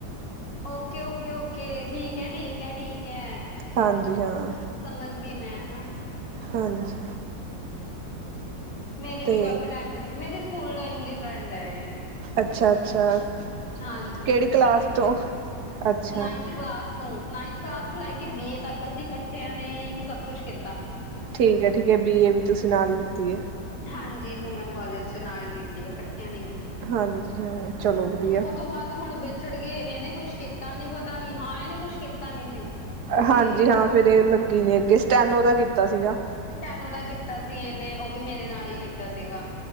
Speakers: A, on the left (about 75°); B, on the right (about 65°).
A: ਓਕੇ, ਓਕੇ, ਓਕੇ। ਠੀਕ ਹੈ, ਠੀਕ ਹੈ, ਠੀਕ ਹੈ।
B: ਹਾਂਜੀ ਹਾਂ
A: ਸਮਝ ਗਈ ਮੈਂ
B: ਹਾਂਜੀ।
A: ਮੇਰੀ ਵੀ
B: ਤੇ
A: ਕਾਫੀ ਟਾਈਮ ਦੀ ਮੇਰੀ ਸਕੂਲ ਟਾਈਮ ਦੀ ਫਰੈਂਡ ਹੈ ਇਹ
B: ਅੱਛਾ, ਅੱਛਾ।
A: ਹਾਂਜੀ।
B: ਕਿਹੜੀ
A: ਅਸੀਂ
B: ਕਲਾਸ
A: ਇਕੱਠੇ ਪੜ੍ਹਦੇ
B: ਤੋਂ ਅੱਛਾ
A: ਨਾਈਨਥ ਕਲਾਸ। ਨਾਈਨਥ ਤੋ ਕਲਾਸ ਤੋਂ ਲੈ ਕੇ ਬੀ ਏ ਤੱਕ ਅਸੀਂ ਕਿੱਠਿਆਂ ਨੇ ਸਭ ਕੁਛ ਕੀਤਾ
B: ਠੀਕ ਹੈ, ਠੀਕ ਹੈ ।ਬੀ ਏ ਵੀ ਤੁਸੀਂ ਨਾਲ ਹੀ ਕੀਤੀ ਏ।
A: ਹਾਂਜੀ। ਵੂਮੈਨ ਕਾਲਜ ਚ ਨਾਲ ਕੀਤੀ ਏ। ਨੇ ਕੀਤੀ ਹੈ--ਉਹ
B: ਹਾਂਜੀ ਹਾਂ ਚਲੋ ਵਧੀਆ
A: ਤੋਂ ਬਾਅਦ ਹੁਣ ਛਿੜ ਗਏ ਇਹਨੇ ਕੁਛ ਕੀਤਾ ਨੀ ।ਪਤਾ ਨੀ ਹਾਂ ਇਹਨੇ ਕੁਛ ਕੀਤਾ ਨੀ ਸੀ। ਤੇ
B: ਹਾਂਜੀ- ਹਾਂ ਫੇਰ ਇਹ ਲੱਗੀ ਨੇ ਅੱਗੇ ਸਟੈਨੋ ਦਾ ਕੀਤਾ। ਤਾ ਸੀਗਾ।
A: ਸਟੈਨੋ ਦਾ ਕੀਤਾ ਸੀ ਇਨੇ ਉਹ ਵੀ ਮੇਰੇ ਨਾਲ ਈ ਕੀਤਾ ਸੀਗਾ।